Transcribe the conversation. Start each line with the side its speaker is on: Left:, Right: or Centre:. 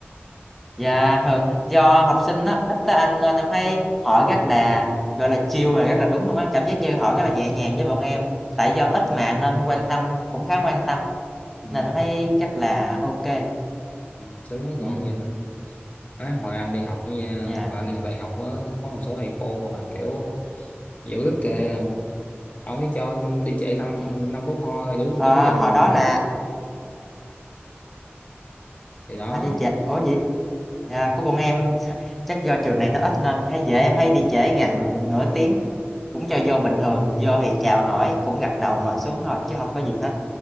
Centre: Dạ thường do học sinh á, ít tới Anh nên em thấy họ rất là, gọi là, chill và rất là đúng luôn á, cảm giác như họ rất là nhẹ nhàng với bọn em. Tại do ít mà nên quan tâm, cũng khá quan tâm,
Left: ừ.
Centre: nên em thấy chắc là ok kê.
Left: ừ, sướng rồi còn
Centre: Ừm,
Left: gì nữa Má, hồi anh đi học á nha
Centre: dạ.
Left: hồi anh đi học đại học á có một số thầy cô mà kiểu dữ lắm kìa ông ấy cho đi trễ năm
Centre: Ừm
Left: năm phút thôi đúng
Centre: Ờ,
Left: đúng giờ
Centre: hồi
Left: là
Centre: đó
Left: gì
Centre: là
Left: thì đó
Centre: à, đi trễ ủa gì? Dạ, của bọn em <laughs> chắc do trường này nó ít nên thấy dễ em thấy đi trễ gần nửa tiếng, cũng cho vô bình thường, vô thì chào hỏi, cũng gật đầu ngồi xuống thôi chứ không có gì hết,